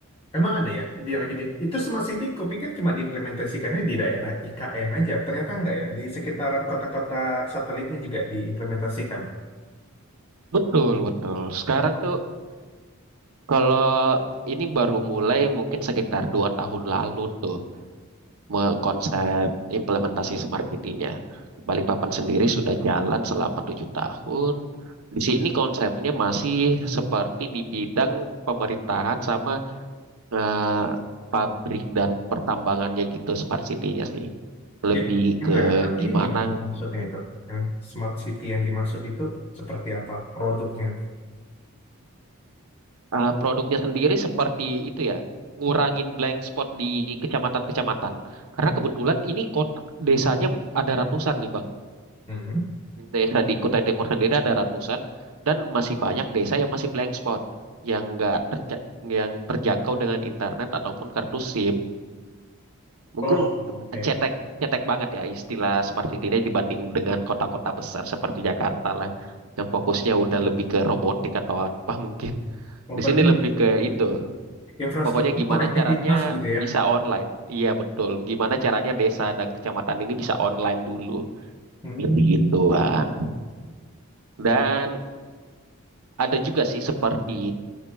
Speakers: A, on the left (about 25°); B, on the right (about 85°).
A: Emang ada ya? Dia lagi di itu Smart City, kupikir cuma diimplementasikannya di daerah IKN aja. Ternyata enggak ya. Di sekitaran kota-kota satelitnya juga diimplementasikan.
B: Betul, betul. Sekarang
A: Oh.
B: tuh kalau ini baru mulai mungkin sekitar dua tahun lalu tuh me- konsep implementasi smart city-nya. Balikpapan sendiri sudah jalan selama tujuh tahun. Di sini konsepnya masih seperti di bidang pemerintahan sama eh, pabrik dan pertambangannya gitu Smart City-nya sih. Lebih
A: Jadi implementasinya
B: ke gimana
A: gimana maksudnya itu? Yang Smart City yang dimaksud itu seperti apa produknya?
B: eh, produknya sendiri seperti itu ya, ngurangin blank spot di kecamatan-kecamatan. Karena kebetulan ini kota desanya ada ratusan nih Bang.
A: Hmm.
B: Desa di Kutai Timur sendiri ada ratusan dan masih banyak desa yang masih blank spot yang enggak yang terjangkau dengan internet ataupun kartu SIM. Mungkin
A: Oh, oke.
B: cetek cetek banget ya istilah smart city ini dibanding dengan kota-kota besar seperti Jakarta lah yang fokusnya udah lebih ke robotik atau apa mungkin.
A: Oh,
B: Di
A: berarti
B: sini lebih ke itu.
A: infrastruktur
B: Pokoknya gimana
A: konektivitas
B: caranya
A: gitu ya?
B: bisa online. Iya betul. Gimana caranya desa dan kecamatan ini bisa online dulu.
A: Hmm.
B: Lebih gituan. Dan ada juga sih seperti